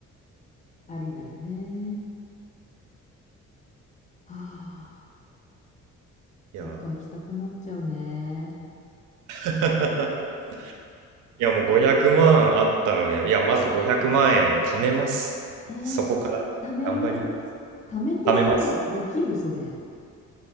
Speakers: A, on the left (about 25°); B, on the right (about 85°).
A: ありだよね。はあ。
B: いや、
A: どっか行きたくなっちゃうね。
B: <laughs> いやもう500万あったらね、いや、まず500万円貯めます。
A: えー、
B: そこから頑張ります。
A: 貯める貯めてさ、
B: 貯めます。
A: できるそれ。